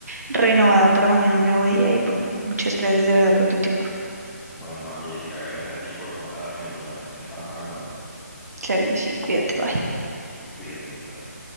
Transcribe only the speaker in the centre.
Bueno, Jessica, gracias a ti por contarme y bueno, estamos hablando, ¿eh?
Cuídate tú también.